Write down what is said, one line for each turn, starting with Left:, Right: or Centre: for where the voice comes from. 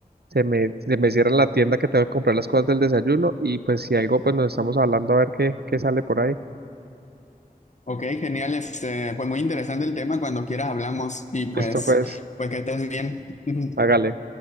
Right: se me, se me cierra la tienda que tengo que comprar las cosas del desayuno y pues si algo, pues nos estamos hablando a ver qué, qué sale por ahí.
Left: Ok, genial. Este, pues muy interesante el tema. Cuando quieras hablamos y pues,
Right: Listo, pues,
Left: pues que estés bien.
Right: hágale.
Left: <laughs>